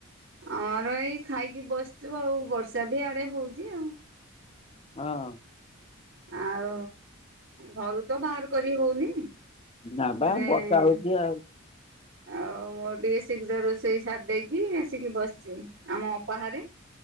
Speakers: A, on the right; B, on the left.
A: ଆର ଏଇ ଖାଇକି ବସିଚୁ ଆଉ, ବର୍ଷା ବି ଆଡେ ହଉଚି ଆଉ।
B: ହଁ।
A: ଆଉ ଘରୁ ତ ବାହାର କରି ହଉନି <unintelligible>
B: ନା ବା ବର୍ଷା ହଉଛି ଆଉ
A: ଆଉ ମୁଁ ଟିକିଏ ଶୀଘ୍ର ରୋଷେଇ ସାରି ଦେଇକି ଆସିକି ବସିଚି ଆମ ଅପା ଘରେ।